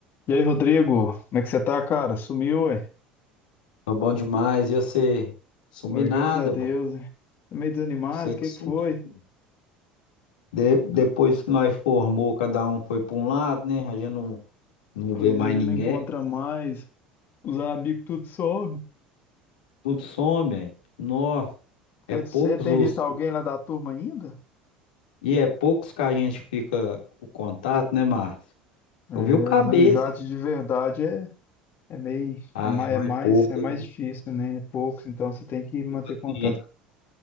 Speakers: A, on the left; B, on the left.
A: E aí, Rodrigo, como é que você tá, cara? Sumiu, ué?
B: Tô bom demais. E você? Sumi
A: Ué,
B: nada,
A: graças a Deus.
B: bom.
A: ué. Tá meio desanimado,
B: Você
A: o
B: que
A: que é
B: sumiu.
A: que foi?
B: De- depois que nós formou, cada um foi para um lado, né? A gente não, não
A: Pois
B: vê mais
A: é, já
B: ninguém.
A: não encontra mais. Os amigos tudo sobe.
B: Tudo some, aí. Nossa, é
A: Você
B: poucos
A: tem
B: os...
A: visto alguém lá da turma ainda?
B: E é poucos que a gente fica o contato, né, Márcio?
A: É,
B: Eu vi o cabeça.
A: as amizades
B: assim.
A: de verdade é, é meio,
B: Ah,
A: é mais,
B: é mais
A: é mais,
B: poucos,
A: é mais
B: né?
A: difícil, né? É Poucos, então você tem que manter
B: Tipo assim,
A: contato.